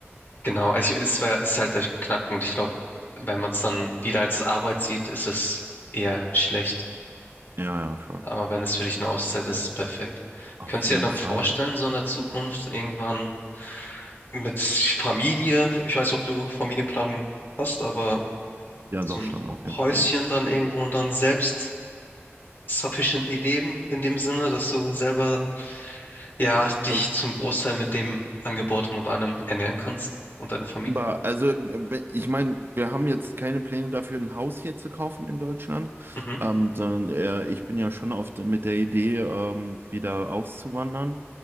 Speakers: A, on the left; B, on the right.
A: genau. Ich, es war, ist halt der Knackpunkt. Ich glaube, wenn man es dann wieder als Arbeit sieht, ist es eher schlecht.
B: Ja, ja, schon.
A: Aber wenn es für dich eine Auszeit ist, ist es perfekt.
B: Auf
A: Könntest
B: jeden
A: du dir dann
B: Fall.
A: vorstellen, so in der Zukunft irgendwann mit Familie, ich weiß nicht, ob du Familienplanung hast, aber
B: Ja,
A: so
B: doch
A: ein
B: schon, auf jeden
A: Häuschen
B: Fall.
A: dann irgendwo und dann selbst sufficiently leben, in dem Sinne, dass du selber, ja, dich
B: Also
A: zum Großteil mit dem Angebauten und allem ernähren kannst und deine Familie?
B: Aber also, äh, ich meine, wir haben jetzt keine Pläne dafür, ein Haus hier zu kaufen in Deutschland,
A: Mhm.
B: ähm, sondern äh, ich bin ja schon oft mit der Idee, ähm, wieder auszuwandern.